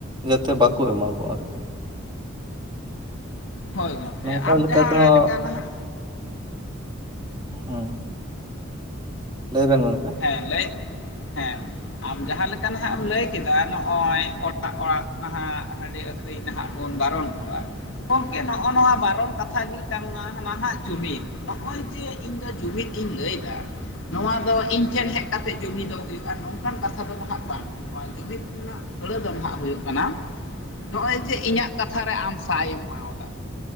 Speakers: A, on the right; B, on the left.
A: ᱡᱟᱛᱮ ᱵᱟᱠᱚ ᱮᱢᱟ ᱠᱚ ᱟᱨᱠᱤ᱾
B: ᱦᱳᱭ ᱜᱚᱝᱠᱮ
A: ᱱᱚᱝᱠᱟ
B: ᱟᱢ
A: ᱞᱮᱠᱟ
B: ᱡᱟᱦᱟᱸᱞᱮᱠᱟ
A: ᱛᱮᱦᱚᱸ
B: ᱱᱟᱱᱟᱜ
A: ᱦᱩᱸ᱾ ᱞᱟᱹᱭ ᱵᱮᱱ ᱜᱚᱝᱠᱮ᱾
B: ᱦᱮᱸ ᱞᱟᱹᱭ ᱦᱮᱸ᱾ ᱟᱢ ᱡᱟᱦᱟᱸ ᱞᱮᱠᱟ ᱱᱟᱦᱟᱜ ᱮᱢ ᱞᱟᱹᱭ ᱠᱮᱫᱟ ᱱᱚᱜ ᱚᱭ ᱚᱲᱟᱜ ᱚᱲᱟᱜ ᱱᱟᱦᱟᱜ ᱦᱟᱺᱰᱤ ᱟᱹᱠᱷᱨᱤᱧ ᱱᱟᱦᱟᱜ ᱵᱚᱱ ᱵᱟᱨᱚᱱ ᱠᱚᱣᱟ ᱜᱚᱝᱠᱮ ᱱᱚᱜᱼᱚ ᱱᱚᱣᱟ ᱵᱟᱨᱚᱱ ᱠᱟᱛᱷᱟ ᱜᱮ ᱠᱟᱱᱟ ᱱᱟᱦᱟᱜ ᱡᱩᱢᱤᱫ᱾ ᱱᱚᱜ ᱚᱭ ᱡᱮ ᱤᱧ ᱫᱚ ᱡᱩᱢᱤᱫ ᱤᱧ ᱞᱟᱹᱭᱮᱫᱟ ᱱᱚᱣᱟ ᱫᱚ ᱤᱧ ᱤᱧ ᱴᱷᱮᱱ ᱦᱮᱡ ᱠᱟᱛᱮᱜ ᱡᱩᱢᱤᱫ ᱫᱚ ᱦᱩᱭᱩᱜᱼᱟ ᱱᱚᱝᱠᱟᱱ ᱠᱟᱛᱷᱟ ᱫᱚ ᱱᱟᱦᱟᱜ ᱵᱟᱝ᱾ ᱱᱚᱣᱟ ᱡᱩᱢᱤᱫ ᱨᱮᱱᱟᱜ ᱟᱹᱲᱟᱹ ᱫᱚ ᱱᱟᱦᱟᱜ ᱦᱩᱭᱩᱜ ᱠᱟᱱᱟ ᱱᱚᱜ ᱚᱭ ᱡᱮ ᱤᱧᱟᱹᱜ ᱠᱟᱛᱷᱟᱨᱮ ᱟᱢ ᱥᱟᱭ ᱮᱢ ᱮᱢᱟᱣᱟᱫᱟᱼᱟ